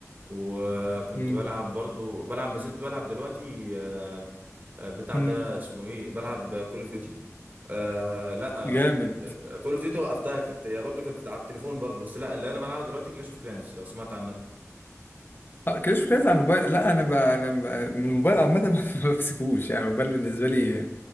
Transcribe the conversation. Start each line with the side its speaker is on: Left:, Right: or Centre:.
Right: وكنت
Left: مم.
Right: بلعب برضو بلعب ما زلت بلعب دلوقتي آه، بتاع
Left: مم.
Right: ده اسمه إيه بلعب كول أوف ديوتي آه لا
Left: جامد
Right: مش كول اوف ديوتي وقفتها كانت هي برضه كانت على التليفون برضه بس لا اللي انا بلعبها دلوقتي كلاش اوف كلانس لو سمعت عنها
Left: اه كلاش اوف على الموبايل لا انا ب... انا ب... من الموبايل عامه <laughs> ما بمسكوش يعني الموبايل بالنسبه لي